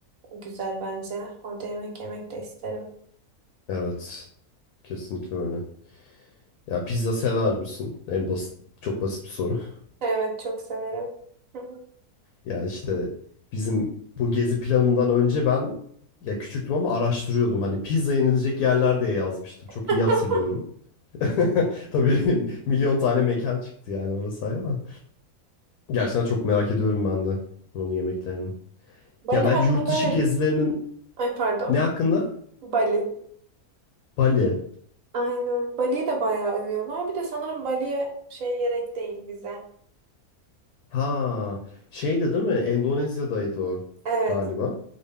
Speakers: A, on the right; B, on the left.
A: Güzel bence. Orada yemek yemek de isterim.
B: Evet. Kesinlikle öyle. Ya pizza sever misin? En basit, çok basit bir soru. <laughs>
A: Evet çok severim. Hı hı.
B: Ya işte bizim bu gezi planından önce ben ya küçüktüm ama araştırıyordum. Hani pizza yenilecek yerler diye yazmıştım. Çok
A: <laughs>
B: iyi hatırlıyorum. <laughs> Tabii <laughs> milyon tane mekan çıktı yani orası ayrı da. Gerçekten çok merak ediyorum ben de onun yemeklerini.
A: Bali
B: Ya bence
A: hakkında
B: yurt dışı
A: ne?
B: gezilerinin
A: Ay pardon.
B: ne hakkında?
A: <laughs> Bali.
B: Bali.
A: Aynen. Bali'yi de bayağı övüyorlar. Bir de sanırım Bali'ye şey gerek değil vize.
B: Ha, şeydi değil mi? Endonezya'daydı o
A: Evet.
B: galiba.